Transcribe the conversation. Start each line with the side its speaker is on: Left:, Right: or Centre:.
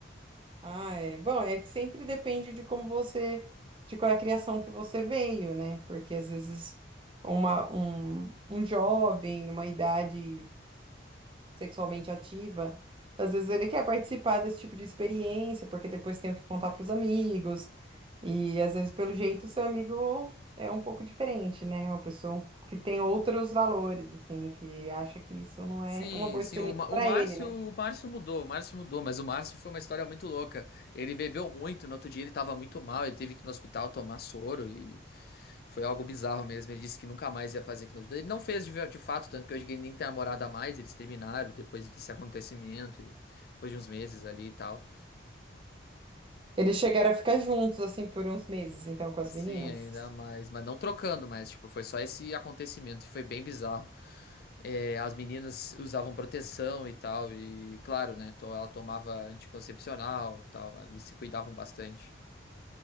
Right: Ah, é. Bom, é que sempre depende de como você, de qual é a criação que você veio, né? Porque às vezes uma um, um jovem numa idade sexualmente ativa, às vezes ele quer participar desse tipo de experiência, porque depois tem o que contar para os amigos. E às vezes, pelo jeito, o seu amigo é um pouco diferente, né? É Uma pessoa que tem outros valores, assim, que acha que isso não é
Left: Sim,
Right: uma boa
Left: sim,
Right: experiência
Left: o, Ma- o
Right: para
Left: Márcio,
Right: ele, né?
Left: o Márcio mudou, o Márcio mudou, mas o Márcio foi uma história muito louca. Ele bebeu muito, no outro dia ele tava muito mal, ele teve que ir no hospital tomar soro e foi algo bizarro mesmo. Ele disse que nunca mais ia fazer aquilo na vida. Ele não fez de, ver- de fato, tanto que hoje ele nem tem namorada mais, eles terminaram depois desse acontecimento, e depois de uns meses ali e tal.
Right: Eles chegaram a ficar juntos, assim, por uns meses, então, com as
Left: Sim,
Right: meninas.
Left: ainda mais. Mas não trocando, mas tipo, foi só esse acontecimento e foi bem bizarro. É, as meninas usavam proteção e tal, e claro, né? to- Ela tomava anticoncepcional e tal, ali se cuidavam bastante.